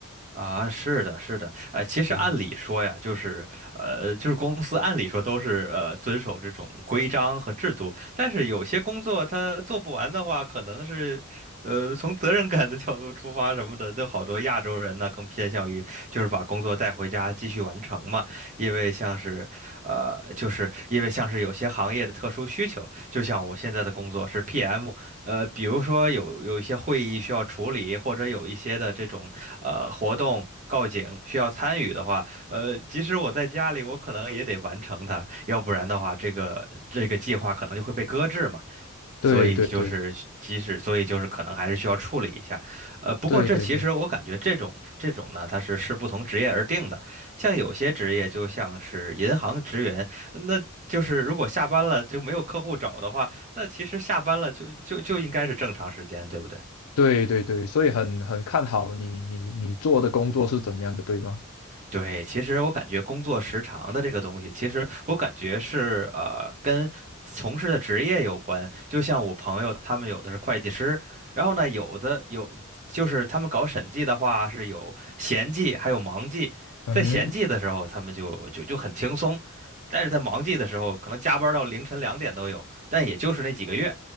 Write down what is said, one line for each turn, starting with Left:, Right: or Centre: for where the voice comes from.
Right: 啊，是的，是的，哎，其实按理说呀，
Left: 对
Right: 就是，呃，就是公司按理说都是呃遵守这种规章和制度，但是有些工作他做不完的话，可能是，呃，从责任感的角度出发什么的，这好多亚洲人呢更偏向于就是把工作带回家继续完成嘛，因为像是，呃，就是因为像是有些行业的特殊需求，就像我现在的工作是 PM。呃，比如说有有一些会议需要处理，或者有一些的这种呃活动告警需要参与的话，呃，即使我在家里，我可能也得完成它，要不然的话，这个这个计划可能就会被搁置嘛。
Left: 对对对
Right: 所以就是即使，所以就是可能还是需要处理一下，呃，不过这其实我感觉这种这种呢，
Left: 对对对
Right: 它是视不同职业而定的，像有些职业就像是银行职员，那就是如果下班了就没有客户找的话，那其实下班了就就就应该是正常时间，对不对？
Left: 对对对，所以很很看好你你你做的工作是怎样的，对吧？
Right: 对，其实我感觉工作时长的这个东西，其实我感觉是呃跟从事的职业有关。就像我朋友他们有的是会计师，然后呢有的有就是他们搞审计的话是有闲季还有忙季，
Left: 嗯哼
Right: 在闲季的时候他们就就就很轻松，但是在忙季的时候可能加班到凌晨两点都有，但也就是那几个月。